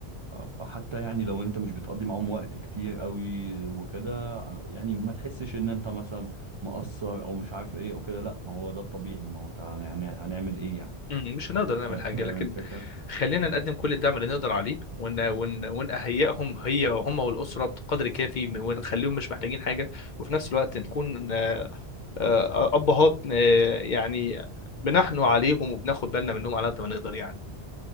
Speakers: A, on the right; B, on the left.
A: فحتى يعني لو انت مش بتقضي معاهم وقت كتير قوي وكده يعني ما تحسش ان انت مثلا مقصر او مش عارف ايه او كده لا ما هو ده الطبيعي ما هو انت هن- يعني هنعمل ايه يعني
B: امم مش هنقدر نعمل
A: فا-
B: حاجة
A: فاهم
B: لكن
A: الفكرة
B: خلينا نقدم كل الدعم اللي نقدر عليه ون ون ونهيئهم هي هم والأسرة بقدر كافي من- ونخليهم مش محتاجين حاجة وفي نفس الوقت نكون آه، آه، أبهات آه، يعني بنحنو عليهم وبناخد بالنا منهم على قد ما نقدر يعني